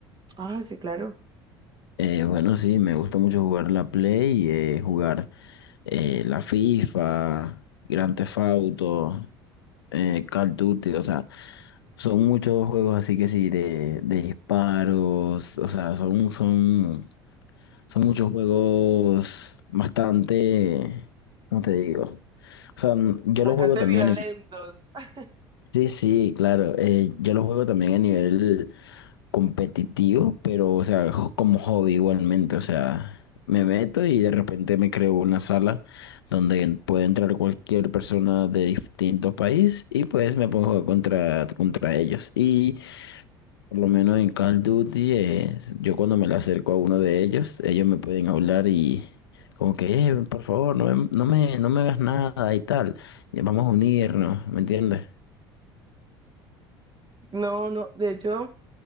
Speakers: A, on the right; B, on the left.
A: Ah, sí, claro.
B: Eh, bueno, sí, me gusta mucho jugar la Play, eh, jugar eh, la FIFA, Grand Theft Auto. eh, Call of Duty, o sea, son muchos juegos así que sí, de, de disparos, o sea, son, son, son muchos juegos bastante, ¿cómo te digo? O sea, n- yo
A: bastante
B: los juego también
A: violentos.
B: a nivel,
A: <laughs>
B: sí, sí, claro, eh, yo los juego también a nivel competitivo, pero, o sea, jo- como hobby igualmente, o sea, me meto y de repente me creo una sala donde puede entrar cualquier persona de distinto país y pues me pongo a jugar contra, contra ellos. Y por lo menos en Call of Duty, eh, yo cuando me le acerco a uno de ellos, ellos me pueden hablar y... Como que, "Eh, por favor, no me, no me, no me hagas nada y tal. Vamos a unirnos, ¿me entiendes?
A: No, no, de hecho,